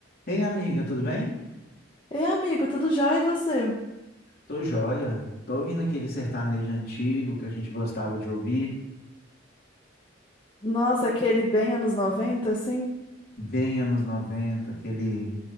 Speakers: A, on the left; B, on the left.
A: Ei, amiga, tudo bem?
B: Ei, amigo, tudo jóia e você?
A: Tô joia. Tô ouvindo aquele sertanejo antigo que a gente gostava de ouvir,
B: Nossa, aquele bem anos 90, assim?
A: bem anos 90, aquele